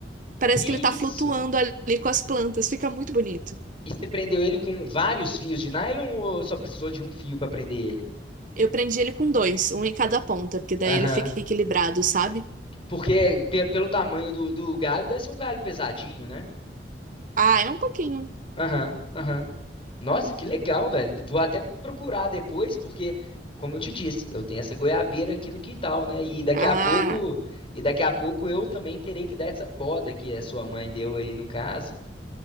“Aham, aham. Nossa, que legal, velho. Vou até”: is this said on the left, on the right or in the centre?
Left